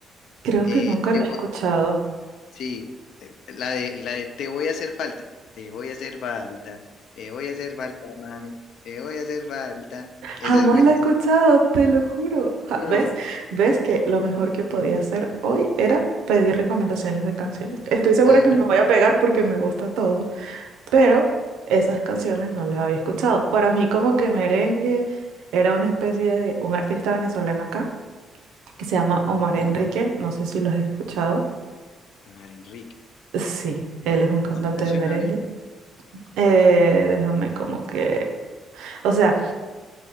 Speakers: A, on the right (about 85°); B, on the left (about 75°).
A: Creo
B: Eh,
A: que nunca
B: debo,
A: la he escuchado.
B: Sí, eh, la de, la de te voy a hacer falta, te voy a hacer falta, te voy a hacer falta, mami, te voy a hacer falta. Esa
A: Jamás
B: es buenísima.
A: la he escuchado, te lo juro. Ja-
B: No.
A: ¿Ves? ¿Ves que lo mejor que podía hacer hoy era pedir recomendaciones de canciones? Estoy segura
B: Ajá.
A: que me voy a pegar porque me gusta todo. pero esas canciones no las había escuchado. Para mí como que merengue era una especie de un artista venezolano acá que se llama Omar
B: de
A: Enrique, no sé si lo has escuchado.
B: Omar Enrique.
A: Sí, él es un cantante
B: ¿Cuál canción?
A: de merengue.
B: A ver.
A: Eh, déjame como que, o sea,